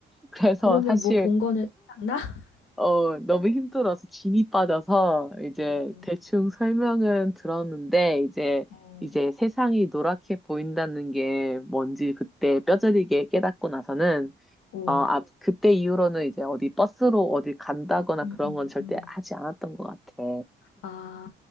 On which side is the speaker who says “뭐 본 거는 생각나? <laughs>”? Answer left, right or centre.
Left